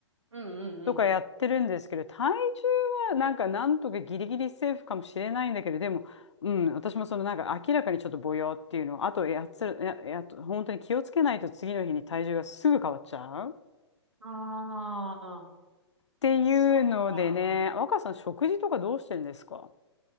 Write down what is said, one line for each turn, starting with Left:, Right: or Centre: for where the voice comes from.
Right: うんうん
Left: とかやってるんですけど、体重はなんかなんとかギリギリセーフかもしれないんだけど、でも、うん、私もそのなんか明らかにちょっとぼよっていうの、あとやつ、や、や、本当に気をつけないと次の日に体重がすぐ変わっちゃうっ
Right: うん。ああ。
Left: ていうのでね、
Right: そっか。
Left: 若さん食事とかどうしてるんですか